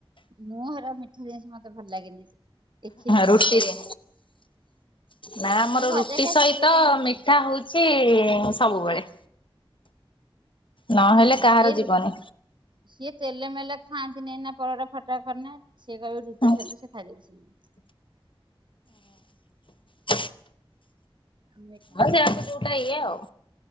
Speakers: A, on the right; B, on the left.
A: ମୁଁର ମିଠା ଜିନିଷ ମତେ ଭଲ ଲାଗେନି। ଏ କ୍ଷୀର ମିର
B: ରୁଟିରେ
A: ପଡିକି
B: ନାଁ ଆମର
A: ମୁଁ ଭଜା
B: ରୁଟି
A: ଖାଏ
B: ସହିତ
A: ସିଏ ତାଙ୍କର
B: ମିଠା
A: ଖାଆନ୍ତି
B: ହଉଛି। ଛି ସବୁବେଳେ। ନହେଲେ
A: ନାଁ
B: କାହାର
A: ସିଏ
B: ଯିବନି।
A: ସିଏ ତେଲ ମେଲେ ଖାଆନ୍ତିନି ନାଁ ପରଟା ଫଟା ଖରନା। ସେ କହ ରୁଟିି
B: ହଁ
A: ସହିତ ସେ ଖାଇଦେବି ସିନା।
B: ହ
A: ଆମେ
B: ହଉ ଯାକୁ ଯୋଉଟା ଇଏ ଆଉ।